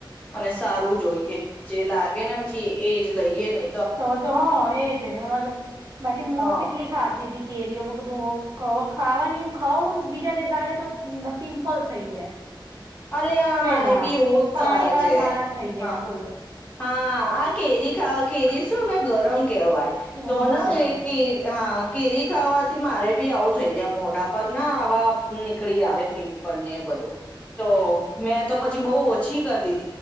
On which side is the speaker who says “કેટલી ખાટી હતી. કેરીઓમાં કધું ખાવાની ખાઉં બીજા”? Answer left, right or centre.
Right